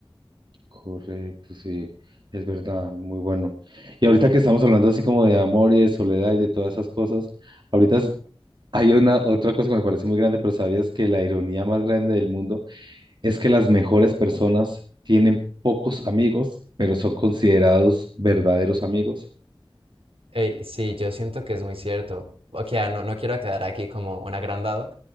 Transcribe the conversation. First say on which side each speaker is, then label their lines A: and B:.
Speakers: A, on the right; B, on the right.
A: Correcto, sí, es verdad, muy bueno. Y ahorita que estamos hablando así como de amor y de soledad y de todas esas cosas, ahorita es- hay una otra cosa que me parece muy grande, pero ¿sabías que la ironía más grande del mundo es que las mejores personas tienen pocos amigos, pero son considerados verdaderos amigos?
B: Ey, sí, yo siento que es muy cierto. Ok, ah, no, no quiero quedar aquí como un agrandado,